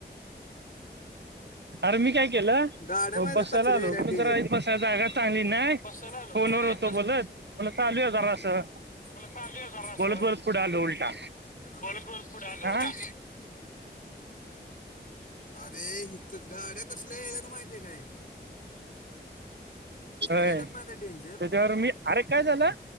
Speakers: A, on the right (about 75°); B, on the left (about 50°).
A: आरं, मी काय केलं
B: गाड्या
A: हो
B: माहिती
A: बसायला
B: कसले
A: आलो. पण
B: डेंजर
A: जरा इ बसाय जागा चांगली नाय.
B: बसायला आलो
A: फोनवर
B: पुरा एक
A: होतो
B: बस
A: बोलत. मनल, चालूया जरासं.
B: बोलत आलो जरा असं
A: बोलत - बोलत पुढे आलो उलटा.
B: बोलत- बोलत, पुढे आलो
A: हा
B: उलटा. ये, हिथ गाड्या कसल्या यायल्यात. माहितय काय हे?
A: होय.
B: यायल्यात माहितीये डेंजर
A: त्याच्यावर मी, अरे काय झालं,